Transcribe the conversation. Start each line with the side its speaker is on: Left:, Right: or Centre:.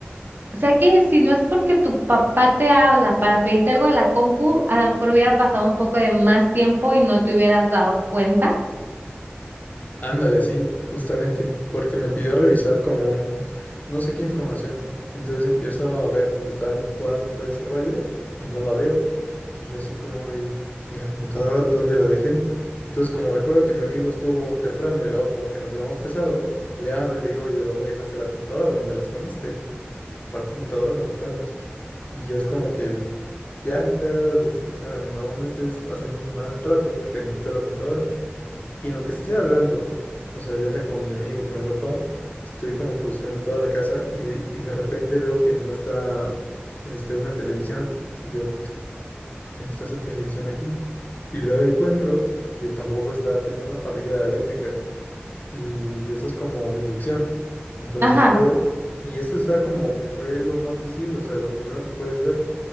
Right: O sea que si no es porque tu papá te habla para pedirte algo de la compu, a lo mejor hubiera pasado un poco de más tiempo y no te hubieras dado cuenta.
Left: Ándale, sí, justamente, porque me pidió revisar como un, no sé qué información. Entonces empiezo a ver dónde está en mi cuarto y todo ese rollo y no la veo. Y yo así como de, ¿y la computadora dónde la dejé? Entonces como recuerdo que mi amigo estuvo temprano y luego como que nos llevamos pesado, le hablo y le digo, oye, ¿dónde dejaste la computadora? ¿Dónde la escondiste? ¿Cuál computadora? ¿De qué hablas? Y yo es como que ya no te hagas, o sea, no me estés haciendo un mal rato porque necesito la computadora. Y en lo que estoy hablando, o sea, ya sea con mi amigo, con mi papá, estoy como que buscando en toda la casa y de, y de repente veo que no está este, una televisión. Y yo, ¿por qué no está esa televisión aquí? Y luego encuentro que tampoco está, tiene una parrilla eléctrica y de esas como de inducción. Entonces
Right: Ajá.
Left: veo, y esto está como que fue lo más visible, o sea, lo primero que puedes ver